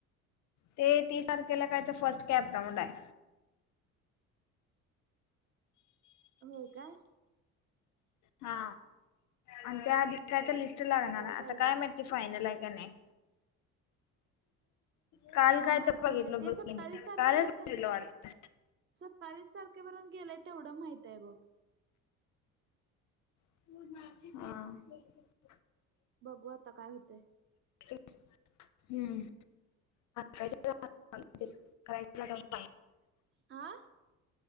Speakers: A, on the left; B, on the right.
A: ते तीस तारखेला काय तर फर्स्ट कॅब लावलाय आहे.
B: होय काय.
A: हा आणि त्याआधी काय तर लिस्ट लागणार
B: बघाय
A: आता
B: पाहिजे
A: काय माहित ते फायनल आहे का नाही. काल काय
B: माहिती
A: तर बघितलं
B: ते
A: बघी
B: सत्तावीस
A: की मी
B: तारखेपर्यंत आहे.
A: <inaudible> वाटत
B: सत्तावीस तारखेपर्यंत गेलाय तेवढं माहित आहे बघ.
A: हा..
B: बघू आता काय होतंय.
A: तेच. हम्म, करायचं <inaudible>
B: आह..